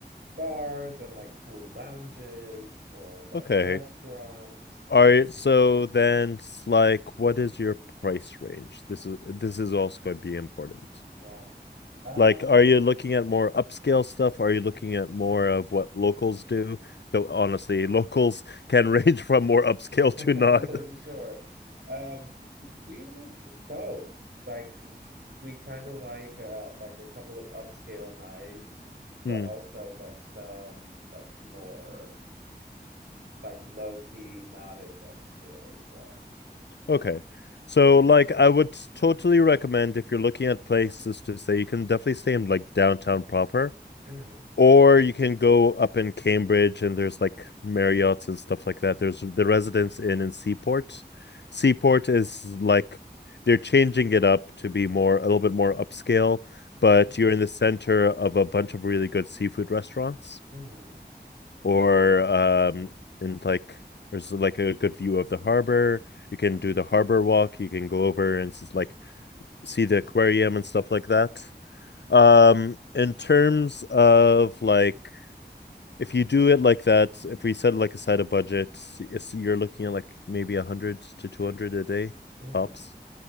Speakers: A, on the right; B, on the left.
A: bars and like cool lounges or like
B: Okay.
A: restaurants.
B: All right, so then it's like what is your price range? This is this is also going to be important.
A: Yeah. Um,
B: Like, are you looking at more upscale stuff? Are you looking at more of what locals do? Though honestly, <laughs> locals can range from more upscale
A: <laughs>
B: to not. <laughs>
A: sure. Um, we like both. Like we kind of like uh like a couple of upscale nights, but
B: Hmm.
A: also like some like more like low key, not as upscale as well.
B: Okay. So like I would totally recommend if you're looking at places to stay, you can definitely stay in like downtown proper.
A: Mm-hmm.
B: Or you can go up in Cambridge and there's like Marriott's and stuff like that. There's the Residence Inn in Seaport. Seaport is like they're changing it up to be more a little bit more upscale, but
A: Oh.
B: you're in the center of a bunch of really good seafood restaurants
A: Mm-hmm.
B: or um in like there's like a good view of the harbor. You can do the harbor walk, you can go over and s- like see the aquarium and stuff like that. Um, in terms
A: Okay.
B: of like if you do it like that, if we set like aside a budget, it's, you're looking at like maybe 100 to 200 a day
A: Mm.
B: tops.